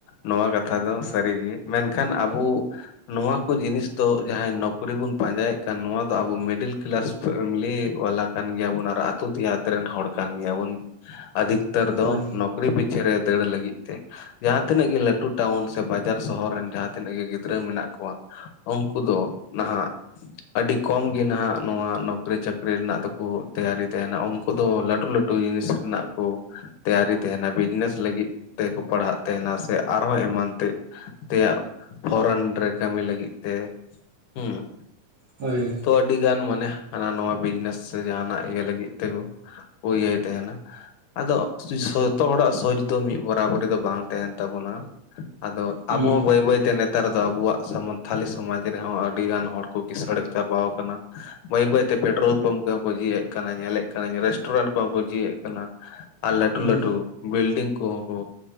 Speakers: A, on the left; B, on the right.
A: ᱱᱚᱣᱟ ᱠᱟᱛᱷᱟ ᱫᱚ ᱥᱟᱹᱨᱤᱜᱮ ᱢᱮᱱᱠᱷᱟᱱ ᱟᱵᱩ ᱱᱚᱣᱟ ᱠᱩ ᱡᱤᱱᱤᱥ ᱫᱚ ᱡᱟᱦᱟᱸᱭ ᱱᱚᱠᱨᱤ ᱵᱚᱱ ᱯᱟᱸᱡᱟᱭᱮᱫ ᱠᱟᱱ ᱱᱚᱣᱟ ᱫᱚ ᱟᱵᱚ ᱢᱤᱰᱤᱞ ᱠᱮᱞᱟᱥ ᱯᱷᱮᱢᱞᱤ ᱣᱟᱞᱟ ᱠᱟᱱ ᱜᱮᱭᱟ ᱵᱚᱱ ᱟᱨ ᱟᱛᱩ ᱫᱮᱭᱟᱛ ᱨᱮᱱ ᱦᱚᱲ ᱠᱟᱱ ᱜᱮᱭᱟ ᱵᱚᱱ ᱾ ᱟᱫᱷᱤᱠᱛᱟᱹᱨ ᱫᱚ
B: ᱦᱳᱭ
A: ᱱᱚᱠᱨᱤ ᱯᱤᱪᱷᱟᱹ ᱨᱮ ᱫᱟᱹᱲ ᱞᱟᱹᱜᱤᱫ ᱛᱮ ᱡᱟᱦᱟᱸ ᱛᱤᱱᱟᱹᱜ ᱜᱮ ᱞᱟᱹᱴᱩ ᱴᱟᱣᱩᱱ ᱥᱮ ᱵᱟᱡᱟᱨ ᱥᱚᱦᱚᱨ ᱨᱮᱱ ᱡᱟᱦᱟᱸ ᱛᱤᱱᱟᱹᱜ ᱜᱮ ᱜᱤᱫᱽᱨᱟᱹ ᱢᱮᱱᱟᱜ ᱠᱚᱣᱟ ᱾ ᱩᱱᱠᱩ ᱫᱚ ᱱᱟᱦᱟᱜ ᱟᱹᱰᱤ ᱠᱚᱢ ᱜᱮ ᱱᱟᱦᱟᱜ ᱱᱚᱣᱟ ᱱᱚᱠᱨᱤ ᱪᱟᱹᱠᱨᱤ ᱨᱮᱱᱟᱜ ᱫᱚᱠᱚ ᱛᱮᱭᱟᱨᱤ ᱛᱟᱦᱮᱱᱟ ᱩᱱᱠᱩ ᱫᱚ ᱞᱟᱹᱴᱩ ᱞᱟᱹ ᱴᱩ ᱡᱤᱱᱤᱥ ᱨᱮᱱᱟᱜ ᱠᱩ ᱛᱮᱭᱟᱨᱤ ᱛᱟᱦᱮᱱᱟ ᱵᱤᱡᱽᱱᱮᱥ ᱞᱟᱹᱜᱤᱫ ᱛᱮᱠᱚ ᱯᱟᱲᱦᱟᱜ ᱛᱟᱦᱮᱱᱟ ᱥᱮ ᱟᱨᱦᱚᱸ ᱮᱢᱟᱱ ᱛᱮ ᱛᱮᱭᱟᱜ ᱯᱷᱚᱨᱚᱱ ᱨᱮ ᱠᱟᱹᱢᱤ ᱞᱟᱹᱜᱤᱫ ᱛᱮ ᱦᱩᱸ ᱾
B: ᱦᱳᱭ ᱾
A: ᱛᱚ ᱟᱹᱰᱤ ᱜᱟᱱ ᱢᱟᱱᱮ ᱦᱟᱱᱟ ᱱᱚᱣᱟ ᱵᱤᱡᱽᱱᱮᱥ ᱥᱮ ᱡᱟᱦᱟᱱᱟᱜ ᱤᱭᱟᱹ ᱞᱟᱹᱜᱤᱫ ᱛᱮᱜᱚ ᱳ ᱤᱭᱟᱹᱭ ᱛᱟᱦᱮᱱᱟ ᱾ ᱟᱫᱚ ᱡᱚᱛᱚ ᱦᱚᱲᱟᱜ ᱥᱚᱪ ᱫᱚ ᱢᱤᱫ ᱵᱚᱨᱟᱵᱚᱨᱤ ᱫᱚ ᱵᱟᱝ ᱛᱟᱦᱮᱱ ᱛᱟᱵᱚᱱᱟ ᱾ ᱟᱫᱚ
B: ᱦᱩᱸ
A: ᱟᱵᱚ ᱦᱚᱸ ᱵᱟᱹᱭ ᱵᱟᱹᱭ ᱛᱮ ᱱᱮᱛ ᱱᱮᱛᱟᱨ ᱫᱚ ᱟᱵᱚᱣᱟᱜ ᱥᱟᱱᱛᱷᱟᱞᱤ ᱥᱚᱢᱟᱡᱽ ᱨᱮᱦᱚᱸ ᱟᱹᱰᱤ ᱜᱟᱱ ᱦᱚᱲ ᱠᱚ ᱠᱤᱥᱟᱹᱬ ᱪᱟᱵᱟᱣ ᱠᱟᱱᱟ ᱾ ᱵᱟᱹᱭ ᱵᱟᱹᱭ ᱛᱮ ᱯᱮᱴᱨᱳᱞ ᱯᱟᱢᱯ ᱠᱚᱦᱚᱸ ᱠᱚ ᱡᱷᱤᱜ ᱮᱫ ᱠᱟᱱᱟ ᱧᱮᱞᱮᱫ ᱠᱟᱱᱟ ᱨᱮᱥᱴᱩᱨᱮᱱᱴ ᱠᱚᱦᱚᱸ ᱠᱚ ᱡᱷᱤᱜ ᱮᱫ ᱠᱟᱱᱟ ᱾ ᱟᱨ ᱞᱟᱹᱴᱩ
B: ᱦᱩᱸ
A: ᱞᱟᱹᱴᱩ ᱵᱤᱞᱰᱤᱝ ᱠᱚᱦᱚᱸ ᱠᱚ